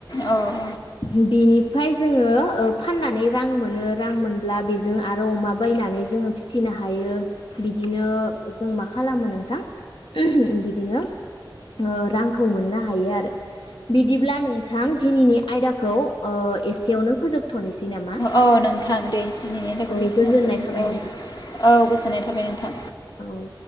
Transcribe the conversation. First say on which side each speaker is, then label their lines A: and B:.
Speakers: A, on the left (about 55°); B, on the left (about 80°).
A: औ औ।
B: बिनिफ्राय जोङो ओ फाननानै रां मोनो रां मोनब्ला बेजों आरो अमा बायनानै जोङो फिसिनो हायो। बिदिनो जों माख खालामो नोंथां बिदिनो ओ रांखौ मोननो हायो आरो। बिदिब्ला नोंथां दिनैनि आयदाखौ ओ एसेयावनो फोजोबथ'नोसै नामा
A: औ नोंथां दे दिनैनि आयदाखौ
B: औ
A: बेखिनियानो
B: गोजोननाय
A: फोजोबनोसै
B: थाबाय
A: औ
B: नोंथां
A: औ गोजोननाय थाबाय नोंथां।
B: औ